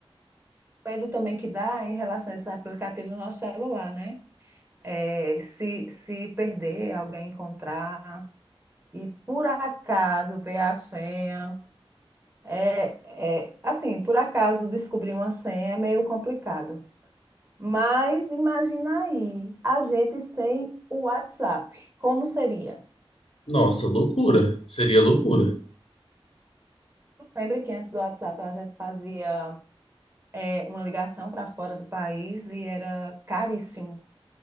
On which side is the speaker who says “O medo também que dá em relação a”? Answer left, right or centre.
Right